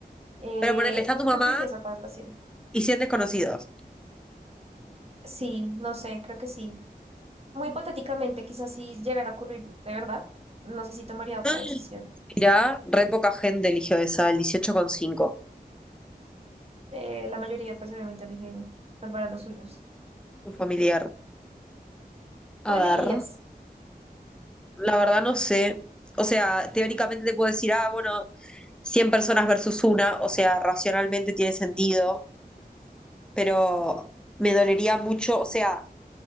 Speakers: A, on the right (about 40°); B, in the centre.
A: Eh,
B: Pero ponele, está
A: creo
B: tu
A: que
B: mamá
A: preferiría salvar las cien?
B: y 100 desconocidos.
A: Sí, no sé, creo que sí. Muy hipotéticamente, quizás si llegara a ocurrir, de verdad, no sé si tomaría otra
B: No
A: decisión.
B: Mirá, re poca gente eligió esa, el dieciocho coma cinco
A: Eh, la mayoría, pues obviamente, elige salvar a los suyos.
B: un familiar. A
A: ¿Cuál elegirías?
B: ver. La verdad no sé. O sea, teóricamente te puedo decir, ah, bueno, 100 personas versus una, o sea, racionalmente tiene sentido, pero me dolería mucho, o sea,